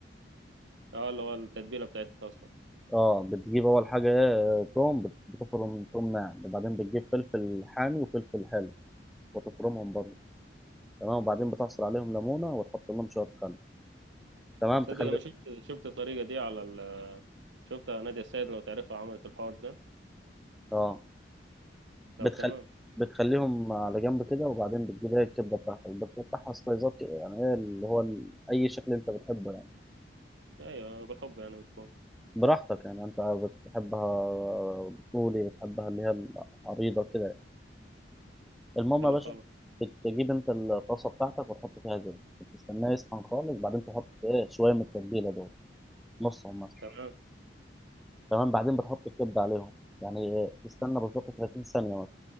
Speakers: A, on the right; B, in the centre.
A: اه اللي هو التتبيله بتاعتها اصلا
B: اه بتجيب اول حاجه ايه توم بت- بتفرم توم ناعم وبعدين بتجيب فلفل حامي وفلفل حلو وتفرمهم برضه تمام وبعدين بتعصر عليهم ليمونه وتحط لهم شويه خل تمام
A: تصدق
B: تخلي
A: انا شفت شفت الطريقه دي على ال... شفتها نادية السيد لو تعرفها عملت الحوار ده
B: اه
A: طب
B: بتخلي
A: تمام
B: بتخليهم على جنب كده وبعدين بتجيب ايه الكبده بتاعتك بتقطعها سلايزات كده، يعني ايه اللي هو ال- اي شكل انت بتحبه يعني
A: ايوه بالحب يعني بتكون
B: براحتك يعني انت بتحبها طولي بتحبها اللي هي العريضه كده يعني. المهم
A: حلو
B: يا باشا
A: خالص
B: بتجيب انت الطاسه بتاعتك وتحط فيها زيت بتستناه يسخن خالص بعدين تحط ايه شويه من التتبيله دول نصهم مثلا
A: تمام
B: تمام بعدين بتحط الكبده عليهم يعني ايه، تستنى بالظبط 30 ثانيه مثلا